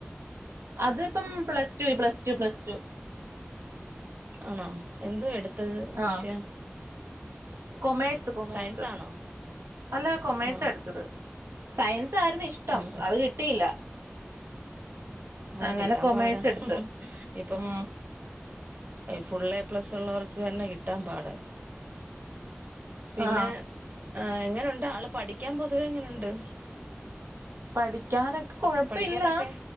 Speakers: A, on the right (about 70°); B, on the right (about 40°).
A: അത്പ്പം plus two plus two plus two
B: ആണോ എന്തുവ എടു ത്തത് വിഷയം
A: ആഹ് കൊമേഴ്സ് കൊമേഴ്സ്
B: സയൻസ് ആണോ
A: അല്ല കൊമേഴ്സ
B: ആ
A: എടുത്തത് സയൻസ് ആരുന്നു ഇഷ്ടം
B: ആ
A: അത് കിട്ടിയില്ല
B: ആഹ്
A: അങ്ങനെ
B: കിട്ടാൻ
A: കൊമേഴ്സ്
B: പാടാ
A: എടുത്ത്
B: ഇപ്പൊ
A: ഉം
B: ഫുൾ എ പ്ലസ് ഉള്ളവർക്ക് തന്നെ കിട്ട ട്ടാൻ പാടാ പിന്നെ
A: ആഹ്
B: ആഹ് എങ്ങനുണ്ട് ആള് പഠിക്കാൻ പൊതുവെ എങ്ങനുണ്ട്
A: പഠി ക്കാനൊക്കെ കൊഴപ്പില്ല
B: പഠിക്കാനൊക്കെ